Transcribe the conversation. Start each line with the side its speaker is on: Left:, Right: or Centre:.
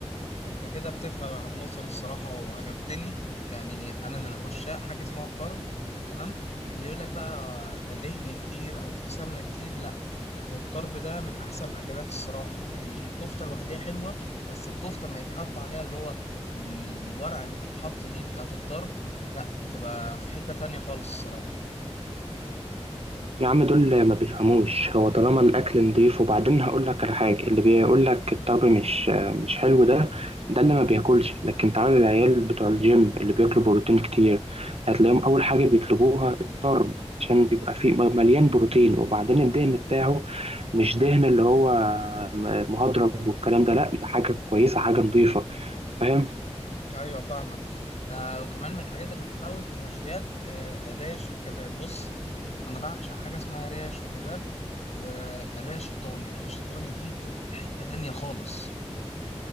Left: انت كده بتفهم يا عبد الناصر الصراحة وعجبتني يعني انا من عشاق حاجة اسمها الطرب تمام اللي يقول لك بقى ده دهن كتير او في سمنة كتير لا والطرب ده من احسن الاكلات الصراحه يعني الكفته لوحدها حلوه بس الكفته ما يتحط عليها اللي هو الورقه اللي بتتحط دي بتاعه الطرب لا بتبقى في حته تانية خالص الصراحه
Right: يا عم دول ما بيفهموش هو طالما الاكل نضيف وبعدين هقول لك على حاجه اللي بيقول لك الطرب مش مش حلو ده ده اللي ما بياكلش لكن تعالى العيال بتوع الجيم اللي بياكلوا بروتين كتير هتلاقيهم اول حاجه بيطلبوها الطرب عشان بيبقى فيه مليان بروتين وبعدين الدهن بتاعه مش دهن اللي هو مهدرج والكلام ده لا ده حاجه كويسه حاجه نضيفه فاهم
Left: ايوه فاهمك آه وكمان من الحاجات اللي بحبها قوي في المشويات آه الريش والكباب بص انا بعشق حاجه اسمها ريش وكباب والريش الضاني الريش الضاني دي بتبقى في حته تانية خالص